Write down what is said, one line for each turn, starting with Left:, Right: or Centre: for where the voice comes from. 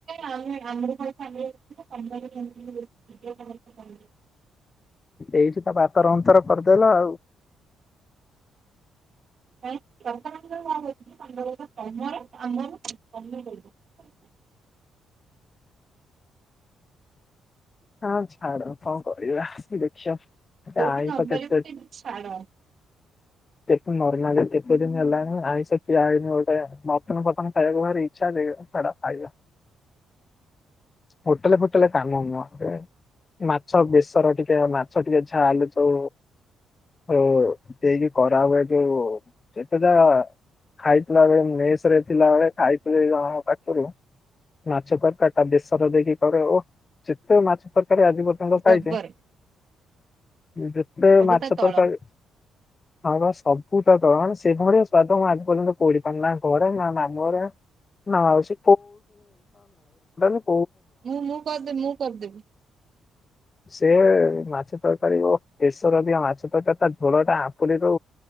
Right: ଆମେ ଆମକୁ କହୁଚ <unintelligible> <unintelligible>
Left: ଏଇଠି ତ ପାତର ଅନ୍ତର କରିଦେଲ ଆଉ।
Right: <unintelligible> <inaudible>
Left: ହଁ ଛାଡ କଣ କରିବା ଦେଖିବା। ଏ
Right: ଯୋଉଠି
Left: ଆଇଁଷ
Right: ନପାରିବ
Left: କେତେ?
Right: ସେଇଠି ଛାଡ
Left: ତେକୁ ନର୍ମାଲି କେତେ ଦିନ ହେଲାଣି ଆଇଁଷ ଖିଆହେଇନି ଗୋଟେ ମଟନ ଫଟନ ଖାଇବାକୁ ଭାରି ଇଛାଯେ ଦିଅ ଛାଡ ଖାଇବା।
Right: <inaudible>
Left: ହୋଟେଲ ଫୋଟେଲେ କାମ ନୁହଁ ସେ ମାଛ ବେସର ଟିକେ ମାଛ ଟିକେ ଛାଲୁଛଉ ଓ ଦେଇକି ଖରା ହୁଏ ଜୋ ଯେତେଟା ଖାଇଥିଲା ବେଳେ ମେଶ୍ ରେ ଥିଲାବେଳେ ଖାଇଥିଲେ କି କଣ ଆମ ପାଖରୁ ମାଛ ତରକାରୀ ଟା ବେସର ଦେଇକି କର ଓ ଯେତେ ମାଛ ତରକାରୀ ଆଜି ପର୍ଯ୍ୟନ୍ତ
Right: ଜବର
Left: ଖାଇଛେ ଯେତେ
Right: ସବୁ
Left: ମାଛ
Right: ତା ତଳ
Left: ତରକାରୀ ତ ସବୁତକ ସେଭଳିଆ ସ୍ଵାଦ ମୁଁ ଆଜି ପର୍ଯ୍ୟନ୍ତ କୋଉଠି ପାଇନି। ନା ଘରେ ନା ମାମୁଁଘରେ ନାଁ ଅଛି <unintelligible>
Right: ମୁଁ ମୁଁ କରିଦେବି ମୁଁ କରିଦେବି।
Left: ସେ ମାଛ ତରକାରୀ ବେଶର ବି ମାଛ ତରକାରୀ ତା ଝୋଳ ଟା ଆପୁଲି ରୁ